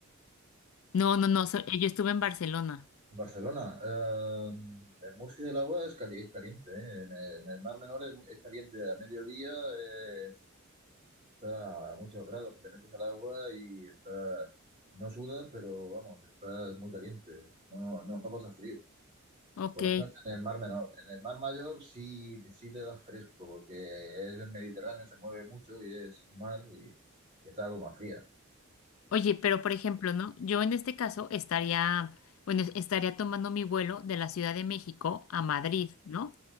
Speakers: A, on the left (about 70°); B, on the right (about 35°).
A: No, no, no, so- yo estuve en Barcelona.
B: En Barcelona. Eh, en Murcia el agua es, cali- es caliente, ¿eh? En el, en el Mar Menor es, es caliente. A mediodía eh, está a muchos grados que te metes al agua y está, no sudas, pero vamos, estás muy caliente. No, no, no pasa frío.
A: Ok.
B: Por lo menos en el Mar Menor. En el Mar Mayor sí, sí te da fresco, porque es el Mediterráneo, se mueve mucho y es mar y, y está algo más fría.
A: Oye, pero por ejemplo, ¿no? Yo en este caso estaría, bueno, estaría tomando mi vuelo de la Ciudad de México a Madrid, ¿no?